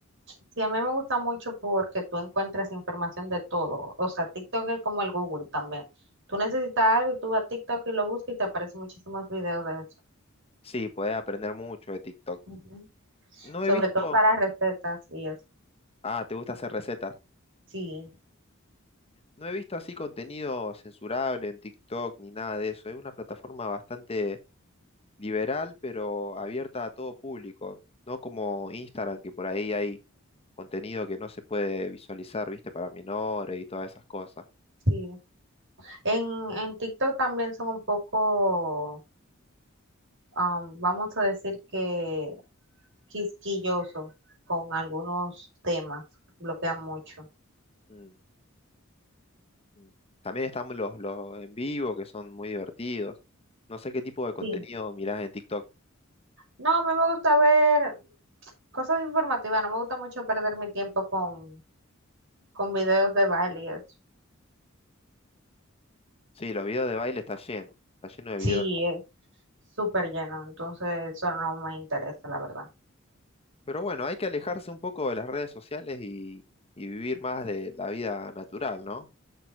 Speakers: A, on the right; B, on the left.
A: Sí, a mí me gusta mucho porque tú encuentras información de todo. O sea, TikTok es como el Google también. Tú necesitas algo y tú vas a TikTok y lo buscas y te aparecen muchísimos videos de eso.
B: Sí, podés aprender mucho de TikTok.
A: Ujú.
B: No
A: Sobre
B: he visto...
A: todo para recetas y eso.
B: Ah, ¿te gusta hacer recetas?
A: Sí,
B: No he visto así contenido censurable en TikTok ni nada de eso. Es una plataforma bastante liberal, pero abierta a todo público, no como Instagram, que por ahí hay contenido que no se puede visualizar, viste, para menores y todas esas cosas.
A: sí. En, en TikTok también son un poco, am, vamos a decir que quisquilloso con algunos temas. Bloquean mucho.
B: Mm, mm. También estamos los, los en vivo, que son muy divertidos. No sé qué tipo de contenido
A: Sí.
B: mirás en TikTok.
A: No, a mí me gusta ver cosas informativas. No me gusta mucho perder mi tiempo con con videos de baile y eso.
B: Sí, los videos de baile está lleno, está lleno de
A: Sí,
B: videos.
A: es súper lleno, entonces eso no me interesa, la verdad.
B: Pero bueno, hay que alejarse un poco de las redes sociales y, y vivir más de la vida natural, ¿no?